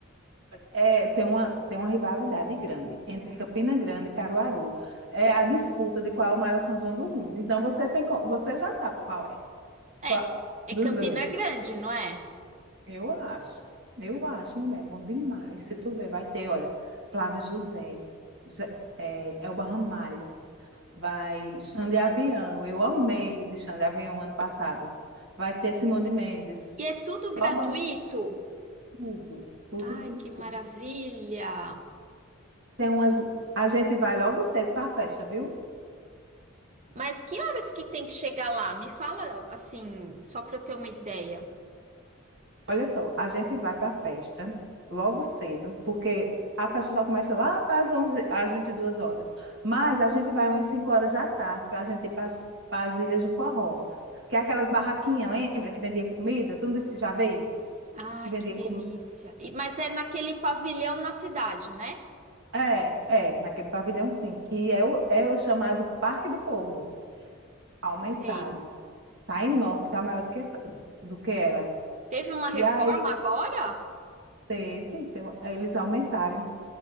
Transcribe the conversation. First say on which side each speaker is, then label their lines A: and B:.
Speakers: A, on the right; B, on the right.
A: É, tem uma, tem uma rivalidade grande entre Campina Grande e Caruaru. É a disputa de qual é o maior São João do mundo. Então você tem, co- você já sabe qual é,
B: É,
A: qual,
B: é
A: dos
B: Campina
A: dois.
B: Grande, não é?
A: Eu acho, eu acho, mulher, bom demais. Se tu ver, vai ter, olha, Flávio José, Je- é, Elba Ramalho, vai Xande Avião, eu amei o de Xande Avião ano passado. Vai ter Simone Mendes,
B: E é tudo
A: só
B: gratuito.
A: bota tudo, tudo,
B: Ai,
A: tudo,
B: que maravilha!
A: tudo. Tem umas, a gente vai logo cedo para a festa, viu?
B: Mas que horas que tem que chegar lá? Me fala assim, só para eu ter uma ideia.
A: Olha só, a gente vai para a festa logo cedo, porque a festa só começa lá para as 11, às 22 horas. Mas a gente vai umas 5 horas da tarde para a gente ir para as Ilhas do Forró, que é aquelas barraquinhas, lembra? Que vendia comida? Tu não disse que já veio?
B: Ai,
A: Que vendia
B: que delícia.
A: comida.
B: E- mas é naquele pavilhão na cidade, né?
A: É, é, naquele pavilhão sim, que é o, é o chamado Parque do Povo. Aumentaram.
B: Sei.
A: Tá enorme, tá maior do que, do que era.
B: Teve uma reforma
A: E aí
B: agora?
A: teve, então, eles aumentaram.